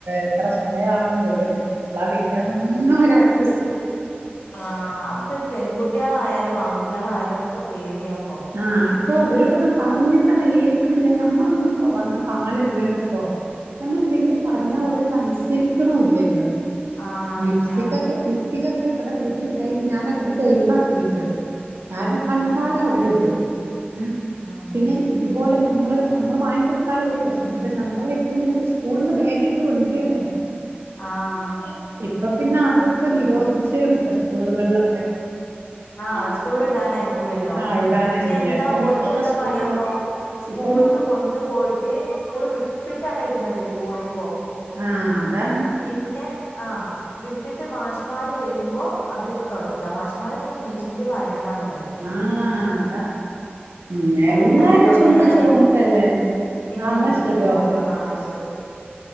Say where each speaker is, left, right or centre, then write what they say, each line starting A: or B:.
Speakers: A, on the right; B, on the left.
A: എത്ര സമയാവും എവിട എപ്പളാ വരാനൊന്നും ഒരഡ്രസ്സില്ലാ
B: ആ അപ്പെ പെൺകുട്ടികളായാലും ആൺകു ട്ടികളായാലൊക്കെ പേടിയാ
A: ആ ഇപ്പ അവരോടൊന്നും പറഞ്ഞിട്ടണ്ട് ഏൽക്കിണില്ല നമ്മളൊന്നും ഇപ്പം വന്ന കാലല്ലല്ലോ ഇപ്പോ നമ്മളെന്തെങ്കിലും പറഞ്ഞാ ഓരത് അനുസരിക്കണുല്ലല്ലോ
B: ആഹ്
A: ലിപ്സ്റ്റികെക്കെ
B: ഇല്ല
A: ലിപ്സ്റ്റികെക്കെ ഇവിടെ വീട്ടിലിണ്ടായിട്ട് ഞാനെക്കെടുത്ത് ഒഴിവാ ക്കിക്കാ താരനെ
B: ഉം
A: കണ്ടാലവര് ഇടും ഉം
B: ഉം
A: പിന്നെ ഇതുപോലെ ഞാ മ്മള് മ്മള് വാങ്ങികൊടുത്താലല്ലേ ഈ പ്രശ്‌നം പക്ഷേ നമ്മ- ള് എത്തുന്നില്ലെങ്കി സ്‌കൂളിന്ന് ബാഗിലിട്ട് കൊണ്ടെരേണ്
B: ആഹ്
A: പ്പ പിന്നെ അതെക്കെ നിരോധിച്ച് വിട്ട് സ്കൂളുകളില്
B: ആ സ്‌കൂളിലിടാനായക്കുലല്ലോ
A: ആഹ് ഇടാനായിനി
B: ചെന്താ
A: അപ്പം
B: ഓൾക്ക്
A: മിക്ക
B: എന്താ
A: സ്കൂളിലും
B: പണി അപ്പോ സ്കൂൾക്ക്
A: ഇപ്പം
B: കൊണ്ട് പോയിട്ട് സ്കൂള് വിട്ടിട്ടാണ് ഇടുന്നത് പോരുമ്പോ
A: ആഹ് അതാണ്
B: പിന്നെ ആ വിട്ടിട്ട് മാഷ്‌മാര് വരുമ്പോ അത് തൊട ത മാഷ്‌മാരെക്കെ മീറ്റിങ്ങില് പറയണതാണ്
A: ആ അതാ ഉം എല്ലാര
B: എന്നാ ആയിക്കോട്ടെ
A: ചുണ്ടും
B: ഞാന്
A: ചോന്നിട്ടല്ലെ
B: പിന്നെ
A: ആ ന്നാ
B: വിളിക്കാട്ടോ
A: ശരി ഓക്കേ ഓക്കേ
B: ആഹ്
A: ഓക്കേ
B: ശരി